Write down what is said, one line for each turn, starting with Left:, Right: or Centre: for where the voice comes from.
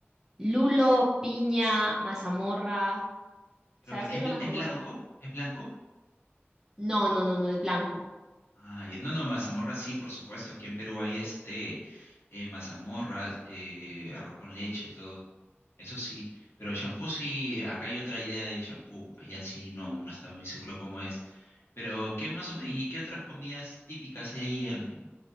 Right: lulo, piña, mazamorra.
Left: Creo
Right: ¿Sabes
Left: que es,
Right: qué es
Left: bl-
Right: la mazamorra?
Left: es blanco, es blanco.
Right: No, no, no, no es blanco.
Left: Ah, ya. No, no, mazamorra sí, por supuesto. Aquí en Perú hay este eh, mazamorra, eh, arroz con leche, todo. Eso sí. Pero el shampoo sí, acá hay otra idea de champú Allá sí no, no estaba muy seguro cómo es. Pero, ¿qué más o menos, y qué otras comidas típicas hay ahí en